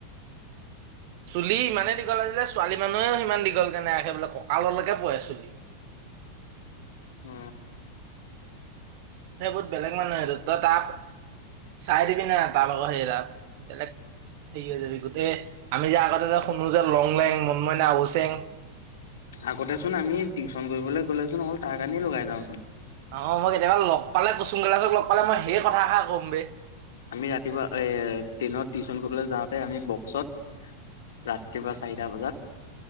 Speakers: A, on the right; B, on the left.
A: চুলি ইমানেই দীঘল আছিলে ছোৱালী মানুহেও সিমান দীঘল কে নাইখে বোলে কঁকাললৈকে পৰে চুলি।
B: অ।
A: সেই বহুত বেলেগ মানুহে আৰু তাক চাই দিবি না। ত আকৌ সেইৰা বেলেগ হেৰি হৈ যাবি গোটেই আমি যে আগতে যে শুনো যে লং লেং মন মইনা আচেং
B: আগতে চোন আমি টিউশচন কৰিবলৈ গ'লেচোন অল তাৰ কাৰণি লগাই যাওচোন।
A: অ মই কেতিয়াবা লগ পালে কুসুমকৈলাস লগ পালে মই সেই কথাষা কম বেই।
B: আমি ৰাতিপুৱা ট্ৰেইনত টিউশন কৰিবলৈ যাওঁতে আমি বক্সত ৰাতিপুৱা চাৰিটা বজাত